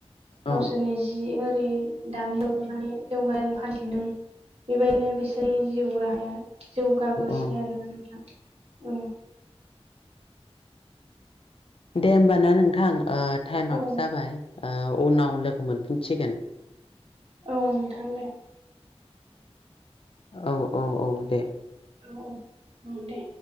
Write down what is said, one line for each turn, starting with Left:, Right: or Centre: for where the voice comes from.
Left: औ
Right: गावसोरनि जि होरि दामि न' लुनानै <unintelligible> बेबायदिनो बिसोरनि जिउ राहाया जौगाबोसि
Left: औ
Right: आरोना नोंथां ओं
Left: दे ओमबाना नोंथां ओ टाइमाबो
Right: औ
Left: जाबाय ओ उनाव लोगो मोनफिनसिगोन
Right: औ नोंथां दे
Left: औ औ औ दे
Right: औ औ दे